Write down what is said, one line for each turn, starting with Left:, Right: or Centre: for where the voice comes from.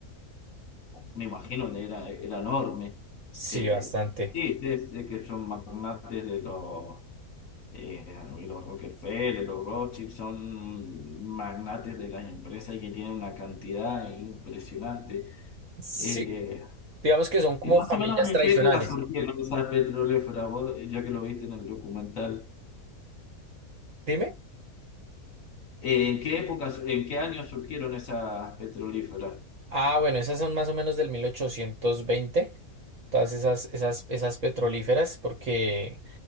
Left: me imagino que era, era enorme.
Right: Sí,
Left: Eh,
Right: bastante.
Left: sí, sé, sé que son magnates de los, eh, los Rockefeller, los Rothschild, son magnates de las empresas y que tienen una cantidad impresionante.
Right: Sí,
Left: Eh,
Right: Digamos que son como
Left: y más
Right: familias
Left: o menos en
Right: tradicionales.
Left: qué época surgieron esas petrolíferas, vos, ya que lo viste en el documental.
Right: Dime.
Left: ¿En qué épocas, en qué años surgieron esas petrolíferas
Right: Ah, bueno, esas son más o menos del 1820 todas esas, esas, esas petrolíferas, porque